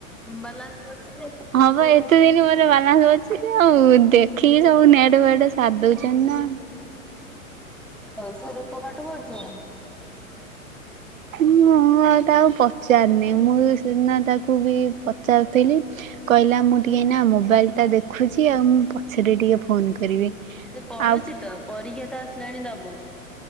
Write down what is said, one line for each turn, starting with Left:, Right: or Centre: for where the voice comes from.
Centre: ବାଲାନ୍ସ ପଡ଼ିଚି କେମତି ସୁଵିଵ
Right: ହଁ ବା ଏତେ ଦିନ ବାଲାନ୍ସ ବଞ୍ଚିଛି ଆଉ ଦେଖିକି ସବୁ ନେଟ୍ ଫେଟ୍ ସାରିଦଉଚନ୍ତି ନା।
Centre: <unintelligible> ରୂପ ପାଠ ପଢଚି ନା?
Right: ମୁଁ ଆଉ ତାକୁ ପଚାରିନି ମୁଁ ବି ସେଦିନ ତାକୁ ବି ପଚାରୁଥିଲି। କହିଲା ମୁଁ ଟିକେ ଏଇନା ମୋବାଇଲ୍ ଟା ଦେଖୁଚି ଆଉ ମୁଁ ପ ଛରେ ଟିକେ ଫୋନ୍ କରିବି
Centre: ସେ ପଢୁଛି
Right: ଆଉ
Centre: ତ ପରୀକ୍ଷା ତ ଆସିଲାଣି ଦବ।